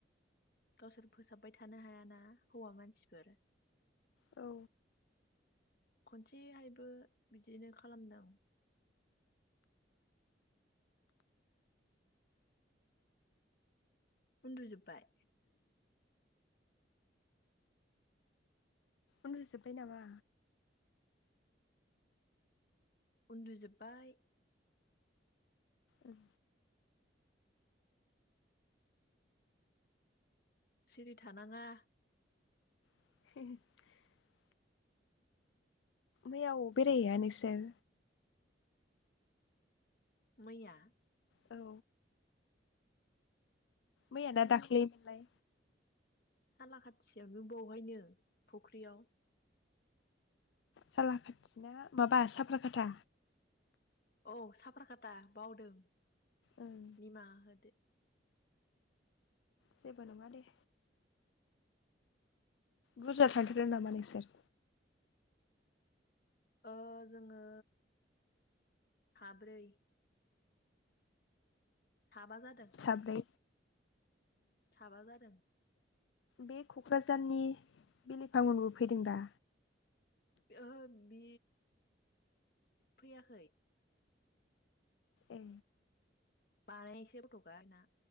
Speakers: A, on the left; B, on the left.
A: गावसोर फोसाबबाय थानो हायाना हौवा मानसिफोर
B: औ
A: खनसेहायबो बिदिनो खालामदों उन्दु जोबबाय
B: उन्दु जोबबाय नामा
A: उन्दुजोब्बाय
B: उम
A: सिरि थानांङा
B: <inaudible> मैया अ बेरायहैया नोंसोर
A: मैया
B: औ मैया ना दाख्लै मोनलाय
A: साला खाथियावनो बावहायनो फुख्रियाव
B: सालाकाथि ना माबा साफ्राकाथा
A: औ साफ्राखाता बावदों
B: ओं
A: निमाहा‌ होदो
B: जेबो नंङा दे बुरजा थांथारदों नामा नोंसोर
A: ओ जोंङो साब्रै साबा जादों
B: साब्रै
A: साबा जादों
B: बे कक्राझारनि बिलिफां मोनबो फैदों दा
A: ओहो बे फैयाखै
B: ए
A: बानायसै फथखा ना